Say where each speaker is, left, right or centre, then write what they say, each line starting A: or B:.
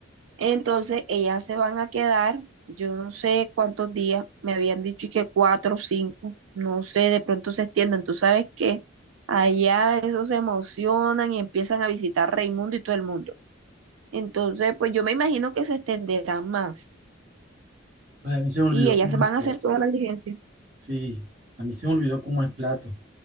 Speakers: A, on the right; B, on the right.
A: Entonces, ellas se van a quedar, yo no sé cuántos días, me habían dicho y que cuatro o cinco, no sé, de pronto se extiendan. Tú sabes que allá esos se emocionan y empiezan a visitar Raimundo y todo el mundo. Entonces, pues yo me imagino que se extenderán más
B: Pues a mí se me olvidó
A: y ellas
B: cómo
A: van
B: es
A: a
B: plato.
A: hacer toda la diligencia.
B: Sí, a mí se me olvidó cómo es plato.